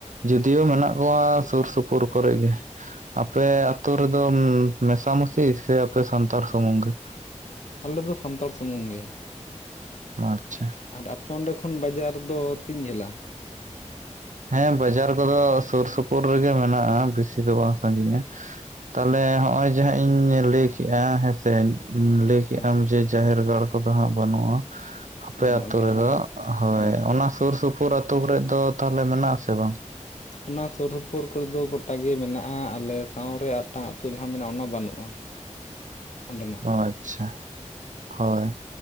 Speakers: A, on the right; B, on the left.
A: ᱡᱚᱫᱤᱭᱳ ᱢᱮᱱᱟᱜ ᱠᱚᱣᱟ ᱥᱩᱨ ᱥᱩᱯᱩᱨ ᱠᱚᱨᱮᱜ ᱜᱮ ᱟᱯᱮ ᱟᱛᱳ ᱨᱮᱫᱚ ᱢᱮᱥᱟᱢᱤᱥᱤ ᱥᱮ ᱟᱯᱮ ᱥᱟᱱᱛᱟᱲ ᱥᱩᱢᱩᱝ ᱜᱮ
B: ᱟᱞᱮ ᱫᱚ ᱥᱟᱱᱛᱟᱲ ᱥᱩᱢᱩᱝ ᱜᱮ
A: ᱟᱪᱪᱷᱟ
B: ᱟᱨ ᱟᱯᱮ ᱚᱸᱰᱮ ᱠᱷᱚᱱ ᱵᱟᱡᱟᱨ ᱫᱚ ᱛᱤᱧ ᱡᱷᱟᱹᱞᱟ?
A: ᱦᱮᱸ ᱵᱟᱡᱟᱨ ᱠᱚᱫᱚ ᱥᱳᱨ ᱥᱳᱯᱳᱨ ᱨᱮᱜᱮ ᱢᱮᱱᱟᱜᱼᱟ, ᱵᱮᱥᱤ ᱫᱚ ᱵᱟᱝ ᱥᱟᱺᱜᱤᱧᱟ ᱛᱟᱦᱚᱞᱮ ᱦᱚᱜᱼᱚᱭ ᱡᱮ ᱦᱟᱸᱜ ᱤᱧ ᱞᱟᱹᱭ ᱠᱮᱜᱼᱟ ᱦᱮᱸᱥᱮ ᱞᱟᱹᱭ ᱠᱮᱜ
B: ᱦᱮᱸ
A: ᱟᱢ ᱡᱮ ᱡᱟᱦᱮᱨ ᱜᱟᱲ ᱠᱚᱫᱚ ᱦᱟᱸᱜ ᱵᱟᱹᱱᱩᱜᱼᱟ ᱟᱯᱮ
B: ᱵᱟᱹᱱᱩᱜᱼᱟ
A: ᱟᱛᱳ
B: ᱡᱟᱦᱟᱸ
A: ᱨᱮᱫᱚ ᱦᱳᱭ
B: ᱵᱟᱹᱱᱩᱜᱼᱟ
A: ᱚᱱᱟ ᱥᱩᱨ ᱥᱩᱯᱩᱨ ᱟᱛᱳ ᱠᱚᱨᱮᱫ ᱫᱚ ᱛᱟᱦᱚᱞᱮ ᱢᱮᱱᱟᱜ ᱟᱥᱮ ᱵᱟᱝ
B: ᱚᱱᱟ ᱥᱩᱨ ᱥᱩᱯᱩᱨ ᱠᱚᱨᱮ ᱫᱚ ᱜᱚᱴᱟ ᱜᱮ ᱢᱮᱱᱟᱜᱼᱟ ᱟᱞᱮ ᱥᱟᱶᱨᱮ ᱟᱜᱴᱟᱝ ᱟ ᱟᱹᱛᱩ ᱡᱟᱦᱟᱸ ᱢᱮᱱᱟᱜᱼᱟ ᱚᱱᱟ ᱵᱟᱹᱱᱩᱜᱼᱟ ᱚᱸᱰᱮᱱᱟᱜ ᱦᱚᱸ
A: ᱚ ᱟᱪᱪᱷᱟ ᱦᱳᱭ